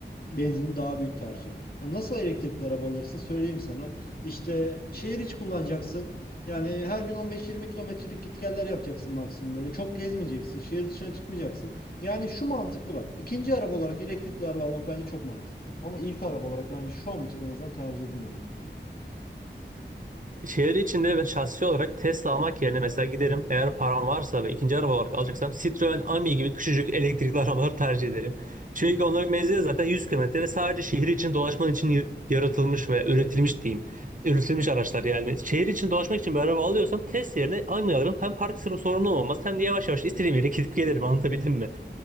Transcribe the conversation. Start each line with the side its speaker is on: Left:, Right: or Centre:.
Left: benzinli daha büyük tercih. Ha, nasıl elektrikli araba alırsın söyleyeyim sana. İşte şehir içi kullanacaksın. Yani her gün 15-20 kilometrelik gitgeller yapacaksın maksimum böyle. Çok gezmeyeceksin. Şehir dışına çıkmayacaksın. Yani şu mantıklı bak. İkinci araba olarak elektrikli araba almak bence çok mantıklı. Ama ilk araba olarak bence şu an için en azından tercih edilmemeli.
Right: Şehir içinde ben şahsi olarak Tesla almak yerine mesela giderim eğer param varsa ve ikinci araba olarak alacaksam Citroen Ami gibi küçücük elektrikli <laughs> arabaları tercih ederim. Çünkü onların menzili zaten 100 kilometre ve sadece şehir için dolaşman için y- yaratılmış ve üretilmiş diyeyim. Üretilmiş araçlar yani. Şehir için dolaşmak için bir araba alıyorsam Tesla yerine Ami alırım. Hem park sıra sorunu olmaz hem de yavaş yavaş istediğim yere gidip gelirim anlatabildim mi?